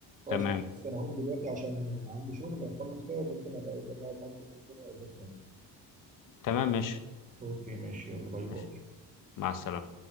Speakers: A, on the right (about 20°); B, on the left (about 50°).
A: خلاص
B: تمام
A: بس انا هقوم دلوقتي عشان عندي شغل اخلص كده وبكره ابقى ايه أبقى اقعد معاك بالليل تاني او بكره يعني.
B: تمام ماشي
A: اوكي ماشي يلا باي
B: ماشي
A: باي
B: مع السلامة